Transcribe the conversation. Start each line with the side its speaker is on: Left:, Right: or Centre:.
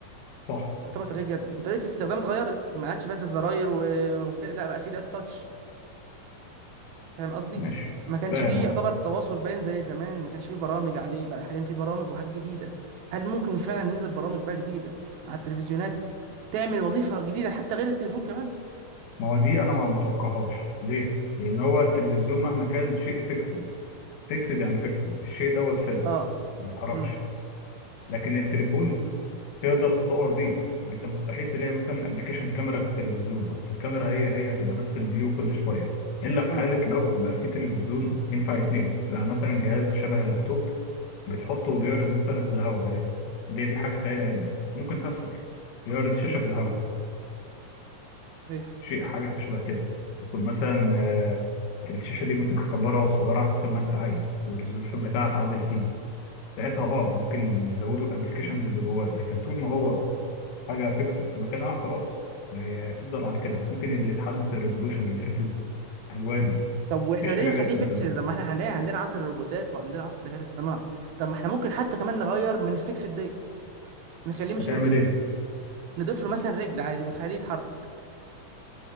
Left: صح
Right: يعتبر تغيير جذري وطريقه الاستخدام اتغيرت ما عادش بس الزراير و... وكده لا بقى في ده تاتش فاهم قصدي
Left: ماشي
Right: ما كانش
Left: فاهم
Right: فيه
Left: اه
Right: يعتبر التواصل باين زي زمان ما كانش فيه برامج عليه بقى حاليا فيه برامج وحاجات جديدة هل ممكن فعلا ينزل برامج بقى جديدة على التلفزيونات تعمل وظيفة جديدة حتى غير التليفون كمان
Left: ما هو دي أنا ما متوقعهاش ليه؟ لأن هو التلفزيون مهما كان شيء فيكسد فيكسد يعني فيكسد الشيء ده هو الثابت
Right: اه
Left: ما بيتحركش
Right: امم
Left: لكن التليفون تقدر تصور بيه يعني أنت مستحيل تلاقي مثلا أبلكيشن كاميرا في التلفزيون أصل الكاميرا هي هي هتبقى نفس الفيو كل شوية إلا في
Right: امم
Left: حالة لو بقى في تلفزيون ينفع يتنقل بقى مثلا جهاز شبه اللابتوب بتحطه وبيعرض مثلا في الهواء وليكن دي دي حاجة خيال علمي بس ممكن تحصل يعرض شاشة
Right: امم
Left: في الهواء
Right: صحيح
Left: شيء حاجة شبه كده يكون مثلا آه، الشاشة دي ممكن تكبرها وتصغرها حسب ما أنت عايز والريزولوشن بتاعها تعدل فيه ساعتها أه ممكن يزودوا الأبلكيشنز اللي جواه لكن طول ما هو حاجة فيكسد في مكانها خلاص هي- هتفضل على كده ممكن اللي تحدث الريزولوشن الهرتز ألوان
Right: طب واحنا
Left: مفيش
Right: ليه
Left: حاجة
Right: نخليه
Left: غير التلاتة
Right: فيكس
Left: دول
Right: طب ما احنا هنلاقي عندنا عصر الروبوتات وعندنا عصر الذكاء الاصطناعي طب ما احنا ممكن حتى كمان نغير من الفيكس ديت نخليه مش
Left: هتعمل
Right: فيكس
Left: إيه؟
Right: نضيف له مثلا رجل عادي ونخليه يتحرك